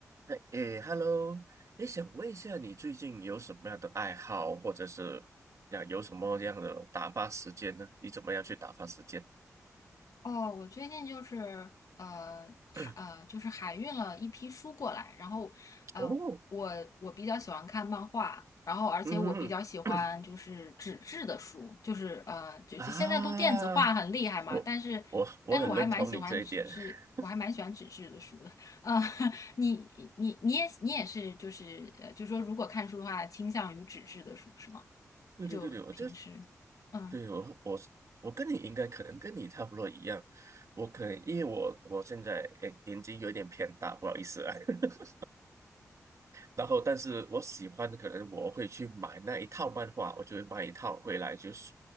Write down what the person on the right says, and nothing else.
哎诶，Hello，你想问一下，你最近有什么样的爱好，或者是呀有什么样的打发时间呢？你怎么样去打发时间？
<coughs>
哦，
嗯哼
<coughs> 啊，我我我很认同你这一点。
<laughs>
对对对对，
我就
对我我我跟你应该可能跟你差不多一样，我可能因为我我现在诶年纪有点偏大，不好意思啊。<laughs> 然后，但是我喜欢，可能我会去买那一套漫画，我就会买一套回来，就是，